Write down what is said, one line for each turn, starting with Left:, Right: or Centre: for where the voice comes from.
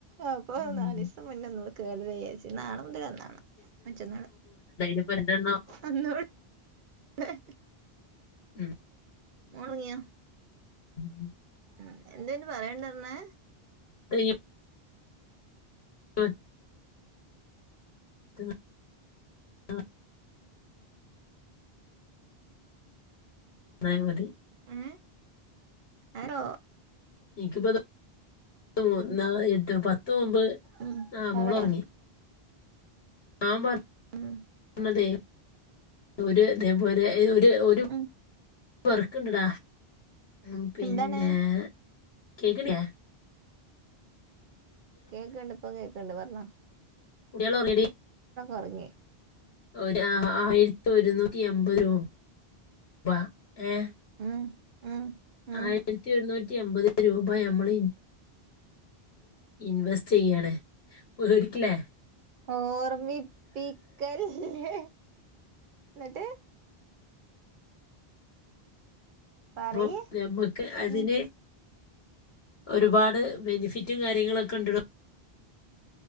Right: അപ്പ
Left: ഉം
Right: നാല് ദിവസം മുന്നേ ഒന്നുടി കേറണന്നു വിചരിച് നാളമുതലെന്നാണ് മറ്റന്നാള്
Left: ഇപ്പൊ രണ്ട്
Right: അന്നോട് <inaudible>
Left: ഉം
Right: മോളോങ്ങിയ
Left: <inaudible>
Right: ഉം എന്തെന് പറയാനുണ്ടാര്ന്നേ
Left: പ്രിയും <unintelligible> റ്റുന്ന ആഹ് നാൻ മതി
Right: എഹ് ഹലോ
Left: എനിക്കിപ്പ <unintelligible> ദ ഒന്നാ എട്ട് പത്ത് മുമ്പ്
Right: ഉം
Left: ആ
Right: പറയാ
Left: മോള് ഒറങ്ങി ആഹ് പറ
Right: ഉം
Left: അതെ ഒരു അതേപോലെ ഒരു ഒരു
Right: ഉം
Left: വർക്ക് ഇണ്ട്ടാ ഉം പിന്നെ
Right: എന്താണ്
Left: കേക്കണില്ലേ
Right: കേക്കണ്ട് ഇപ്
Left: കുട്ടികളോറങ്ങിയോടി
Right: ഒറങ്ങി
Left: ഒരു ആയിരത്തി ഒരുന്നൂറ്റി അമ്പത് രൂപ ഏ
Right: ഉം ഉം ഉം
Left: ആയിരത്തി ഒരുന്നൂറ്റി അമ്പത് രൂപ എ വ ഇൻവെസ്റ്റ് ചെയ്യയാണ്ടരിക്കില്ലേ <unintelligible>
Right: ഓർമ്മിപ്പിക്കല്ലേ എന്നിട്ട് പറയ്
Left: അപ്പം നമ്മുക്ക് അതിനെ
Right: ഉം
Left: ഒരുപാട് ബെനിഫിറ്റും കാര്യങ്ങളൊക്കെ ഇണ്ട്ടും